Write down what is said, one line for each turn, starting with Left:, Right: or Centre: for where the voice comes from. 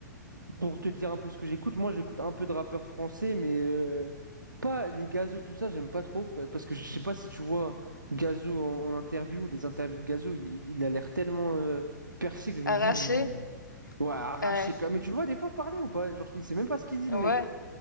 Right: pour te dire un peu ce que j'écoute, moi j'écoute un peu de rappeurs français, mais euh, pas les Gazo, tout ça, j'aime pas trop. pa- Parce que je sais pas si tu vois Gazo en, en interview, les interviews de Gazo, il, il- il a l'air tellement euh, percé que je me
Left: Arraché?
Right: dis, il- ouais, arraché.
Left: Ouais.
Right: per- Mais tu le vois des fois parler ou pas? Genre, il sait même pas ce qu'il dit,
Left: Ouais.
Right: le mec.